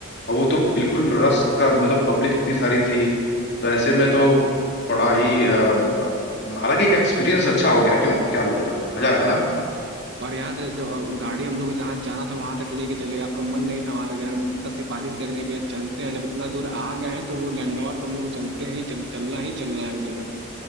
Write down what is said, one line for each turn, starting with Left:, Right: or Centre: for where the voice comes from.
Left: और वो तो बिल्कुल रश का मतलब पब्लिक इतनी सारी थी तो ऐसे में तो बड़ा ही अ, अ, हालांकि एक एक्सपीरियंस अच्छा हो गया क्यों क्या बोलते हो मजा
Right: हाँ
Left: आया
Right: हाँ
Left: था ना
Right: भैया और याद है जो अ, गाड़ी हम लोग को जहाँ जाना था वहां तक लेके चले गए आपका मन नहीं था वहां तक जाने का। मैं कितना सिफारिश किया कि नहीं भैया चलते हैं जब इतना दूर आ गए हैं तो वो लैंडौर तो हम लोग को चलते हैं ही चल, चलना ही चलना है उस जगह पे